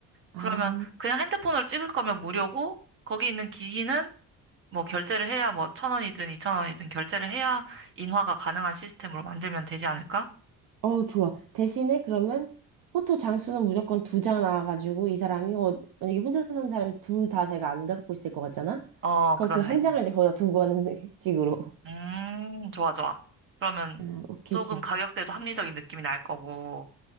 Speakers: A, on the right (about 70°); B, on the right (about 35°).
A: 아,
B: 그러면 그냥 핸드폰으로 찍을 거면 무료고 거기 있는 기기는 뭐 결제를 해야 뭐 천 원이든 이천 원이든 결제를 해야 인화가 가능한 시스템으로 만들면 되지 않을까?
A: 어, 좋아. 대신에 그러면 포토 장수는 무조건 두 장 나와가지고 이 사람이, 어, 만약에 혼자 사는 사람이 둘 다 제가 안 갖고 있을 것 같잖아?
B: 어,
A: 그럼
B: 그렇네.
A: 그 한 장을 이제 거기다 두고 가는 <laughs> 식으로.
B: 음, 좋아, 좋아. 그러면
A: 아, 오케이,
B: 조금
A: 오케이.
B: 가격대도 합리적인 느낌이 날 거고,